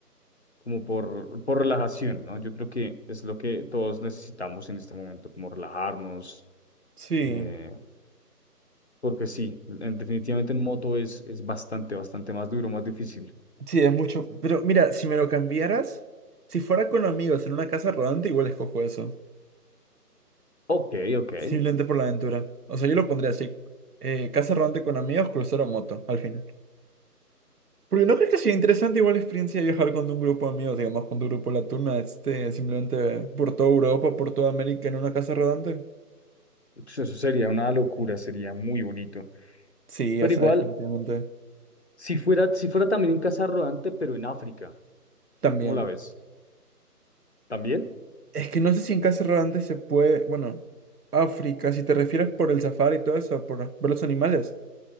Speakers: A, on the left; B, on the right.
A: como por, por relajación, ¿no? Yo creo que es lo que todos necesitamos en este momento, como relajarnos,
B: sí,
A: eh, Porque sí, en- definitivamente en moto es, es bastante, bastante más duro, más difícil.
B: sí, es mucho. Pero mira, si me lo cambiaras, si fuera con amigos en una casa rodante, igual escojo eso.
A: Ok, ok.
B: Simplemente por la aventura. O sea, yo lo pondría así. eh, casa rodante con amigos, crucero o moto, al final. Porque no crees que sea interesante igual la experiencia de viajar con un grupo de amigos, digamos, con tu grupo La Tuna, este, simplemente por toda Europa, por toda América en una casa rodante.
A: Pues eso sería una locura, sería muy bonito.
B: Sí,
A: Pero
B: o sea,
A: igual,
B: definitivamente.
A: si fuera, si fuera también en casa rodante, pero en África,
B: También.
A: ¿cómo la ves? ¿También?
B: Es que no sé si en casa rodante se puede. Bueno, África, si te refieres por el safari y todo eso, por ver los animales.